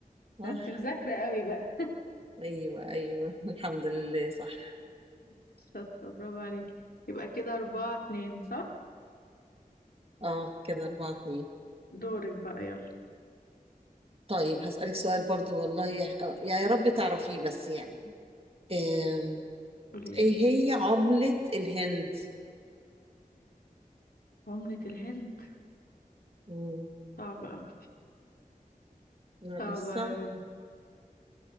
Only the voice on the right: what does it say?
صح
ايوه ايوه <laughs> الحمد لله صح
اه كده اربعة اتنين
طيب هسألك سؤال برضو والله يا آه، يعني يا رب تعرفيه بس يعني آم،
ايه هي عملة الهند
مم.
لا
مش صعب